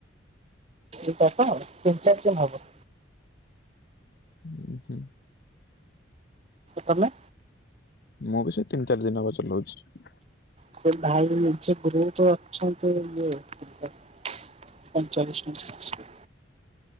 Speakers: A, on the right; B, on the left.
A: ଏଇଟାତ ତିନି ଚାରି ଜିନ ହବ।
B: ହୁଁ ହୁଁ
A: ତମେ?
B: ମୁଁ ବି ସେ ତିନ ଚାରି ଦିନ ହେବ ଚଲଉଛି।
A: ସେ ଭାଇ ନିଜେ ଗ୍ରୁପ ରେ ଅଛନ୍ତି ଇଏ ପୈଁଚାଳିଶ <unintelligible>